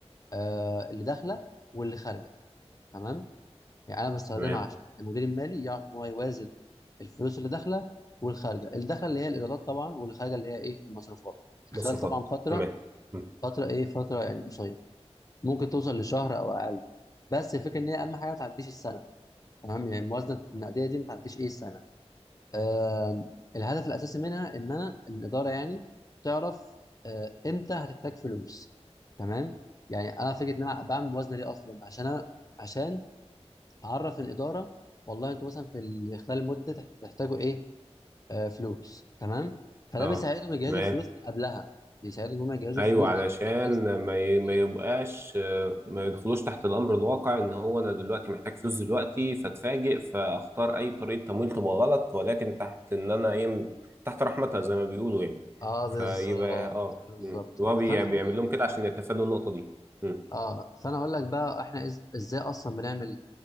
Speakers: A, on the left (about 35°); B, on the right (about 20°).
A: آه اللي داخله واللي خارجه تمام يعني انا بستخدمها
B: تمام
A: عشان المدير المالي يعرف ان هو يوازن الفلوس اللي داخله والخارجه الدخل اللي هي الايرادات طبعا والخارجه اللي هي ايه المصروفات
B: مصروفات
A: خلال طبعا فتره
B: تمام م.
A: فتره ايه فتره يعني قصيره ممكن توصل لشهر او اقل بس الفكره ان هي اهم حاجه ما تعديش السنه تمام يعني الموازنه النقديه دي ما تعديش ايه السنه آه الهدف الاساسي منها ان انا الاداره يعني تعرف آه امتى هتحتاج فلوس تمام يعني انا فكره ان انا بعمل موازنه ليه اصلا عشان أنا- عشان هعرف الاداره والله انتوا مثلا في ال- خلال المده تح- تحتاجوا ايه آه فلوس تمام فده
B: اه
A: بيساعدهم يجهزوا
B: تمام
A: الفلوس من قبلها بيساعدهم ان هم يجهزوا
B: ايوه
A: الفلوس
B: علشان
A: دي ايه الصح
B: ما ي- ما
A: إيه الصح
B: يبقاش آه، ما يدخلوش تحت الامر الواقع ان هو انا دلوقتي محتاج فلوس دلوقتي فاتفاجئ فاختار اي طريقه تمويل تبقى غلط ولكن تحت ان انا ايه م- تحت رحمتها زي ما بيقولوا يعني
A: اه
B: فيبقى
A: بالظبط
B: اه
A: بالظبط
B: مم. هو
A: كده
B: بي-
A: فانا اقول
B: بيعمل
A: لك
B: لهم كده عشان يتفادوا النقطه دي مم.
A: اه فانا اقول لك بقى احنا إز... ازاي اصلا بنعمل